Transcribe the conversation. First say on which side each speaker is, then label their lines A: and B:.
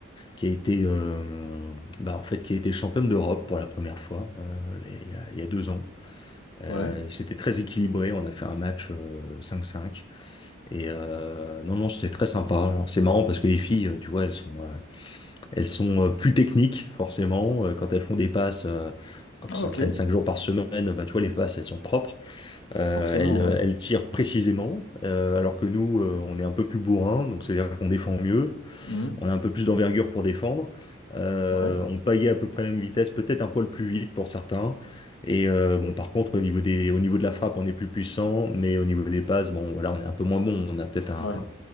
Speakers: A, on the left; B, on the left.
A: qui a été, euh, bah, en fait, qui a été championne d'Europe pour la première fois, euh, les- il y a, il y a deux ans. Euh,
B: Ouais.
A: c'était très équilibré, on a fait un match euh, cinq 5 Et euh, non, non, c'était très sympa. Alors c'est marrant parce que les filles, euh, tu vois, elles sont, euh, elles sont euh, plus techniques, forcément. Euh, quand elles font des passes, euh, comme
B: Ah,
A: elles s'entraînent
B: ok.
A: cinq jours par semaine, bah, tu vois, les passes, elles sont propres. Euh,
B: Forcément,
A: elles, euh,
B: ouais.
A: elles tirent précisément, euh, alors que nous, euh, on est un peu plus bourrin, donc c'est-à-dire qu'on défend mieux.
B: Mhm.
A: On a un peu plus d'envergure pour défendre. Euh,
B: Ouais,
A: on pagaie à peu près la même vitesse, peut-être un poil plus vite pour certains. Et euh, bon, par contre, au niveau des, au niveau de la frappe, on est plus puissant, mais au niveau des passes, bon, voilà, on est un peu moins bon. On a peut-être un,
B: ouais,